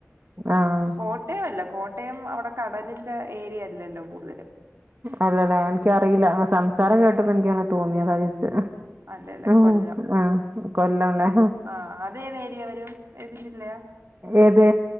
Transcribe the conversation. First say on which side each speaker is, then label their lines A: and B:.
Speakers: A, on the right; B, on the right.
A: ആഹ്
B: കോ കോട്ടയമല്ല കോട്ടയം അവടെ കടലിൻ്റെ ഏരിയല്ലല്ലോ കൂടുതല്
A: അല്ല ലേ എനിക്കറിയില്ല ആ സംസാരം കേട്ടപ്പോ എനിക്ക തോന്നിയതാ ഇച്ച്
B: അല്ലല്ല
A: അഹ് ഉം
B: കൊല്ലം
A: ആഹ് കൊല്ലം ലേ
B: ആ അതേത് ഏരിയ വരും ഏത് ജില്ലയാ
A: ഏത്